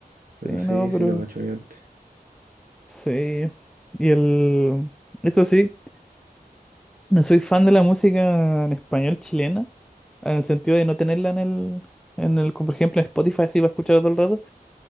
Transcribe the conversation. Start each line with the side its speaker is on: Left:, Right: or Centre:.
Right: pero
Centre: Sí,
Right: sí,
Centre: no,
Right: sí
Centre: pero
Right: lo cacho antes.
Centre: sí. Y el... Eso sí, no soy fan de la música en español chilena, en el sentido de no tenerla en el... En el, como por ejemplo, en Spotify, así para escuchar todo el rato.